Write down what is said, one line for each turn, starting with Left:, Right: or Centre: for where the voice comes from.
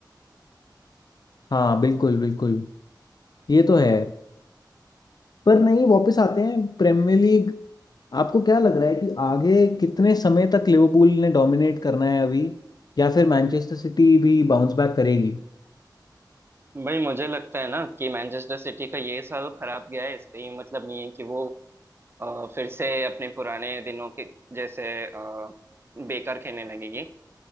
Left: हाँ बिल्कुल बिल्कुल ये तो है पर नहीं वापस आते हैं प्रीमियर लीग आपको क्या लग रहा है कि आगे कितने समय तक लिवरपूल ने डोमिनेट करना है अभी या फिर मैनचेस्टर सिटी भी बाउंस बैक करेगी
Right: भाई मुझे लगता है ना कि मैनचेस्टर सिटी का ये साल खराब गया है इसका ये मतलब नहीं है कि वो अ, फिर से अपने पुराने दिनों के जैसे अ, बेकार खेलने लगेगी